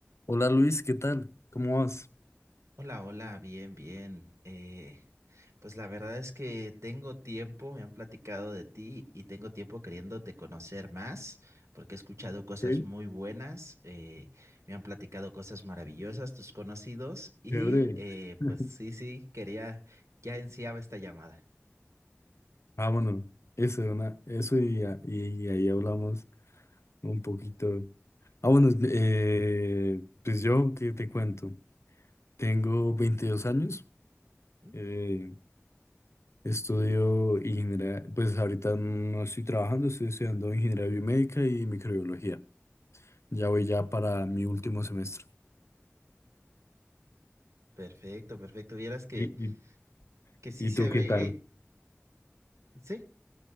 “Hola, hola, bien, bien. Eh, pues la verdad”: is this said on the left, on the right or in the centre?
Right